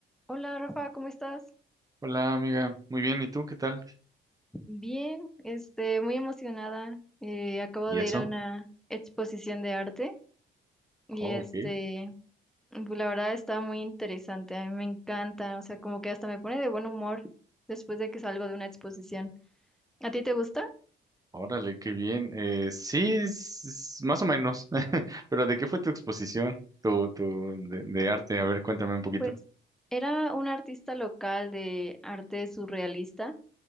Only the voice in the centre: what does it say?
Hola Rafa, ¿cómo estás?
Bien, este, muy emocionada. Eh, acabo
de
ir a una exposición de arte y
este,
pues, la verdad está muy interesante. A mí me encanta, o sea, como que hasta me pone de buen humor después de que salgo de una exposición. ¿A ti te gusta?
Pues era un artista local de arte surrealista.